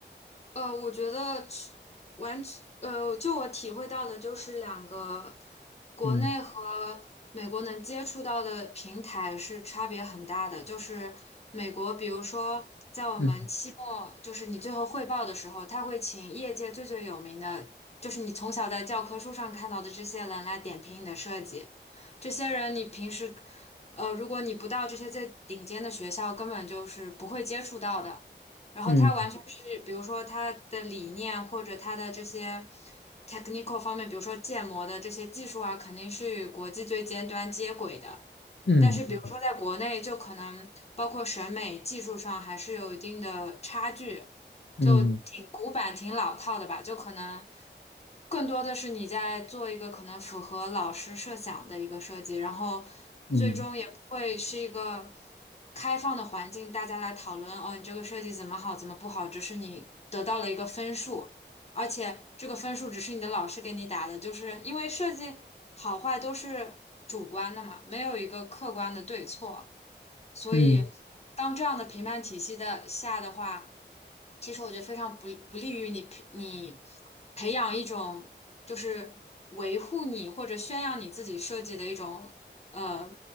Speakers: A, on the left; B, on the left.
A: 呃，我觉得去完全，呃，就我体会到的，就是两个国内和
B: 嗯
A: 美国能接触到的平台是差别很大的。就是美国，比如说在我们期末，
B: 嗯
A: 就是你最后汇报的时候，他会请业界最最有名的，就是你从小在教科书上看到的这些人来点评你的设计。这些人你平时，呃，如果你不到这些最顶尖的学校，根本就是不会接触到的。然后他完全是，
B: 嗯
A: 比如说他的理念或者他的这些 technical 方面，比如说建模的这些技术啊，肯定是与国际最尖端接轨的。
B: 嗯
A: 但是，比如说在国内，就可能包括审美技术上还是有一定的差距。就挺古板、
B: 嗯
A: 挺老套的吧，就可能更多的是你在做一个可能符合老师设想的一个设计，然后最终也不会是一个
B: 嗯嗯。
A: 开放的环境，大家来讨论哦，你这个设计怎么好，怎么不好，只是你得到了一个分数，而且这个分数只是你的老师给你打的，就是因为设计好坏都是主观的嘛，没有一个客观的对错。所以当这样的评判体系的下的话，
B: 嗯
A: 其实我觉得非常不不利于你培你培养一种就是维护你或者宣扬你自己设计的一种呃